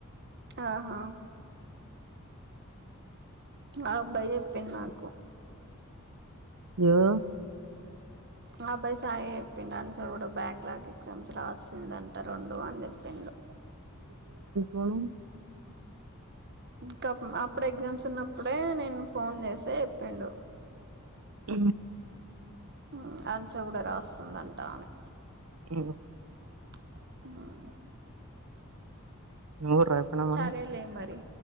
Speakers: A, on the right; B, on the right.
A: ఆహా ఆ అబ్బాయ్ చెపిండు నాకు
B: యా
A: ఆ అబ్బాయి సాయి చెప్పిండు అనుష కూడా బ్యాక్లాగ్ ఎగ్జామ్స్ రాస్తుందని ట్ట రొండు అని చెప్పిండు
B: వన్
A: ఇంకా అప్పుడు ఎగ్జామ్స్ ఉన్నప్పుడే నేను ఫోన్ చేస్తె చెప్పిండు
B: ఊ
A: ఊ అన్ష కూడా రాస్తుందంటా ఆమె
B: ఇవు
A: ఆ
B: నువ్వు రాపోయినా మరి
A: సరేలే మరి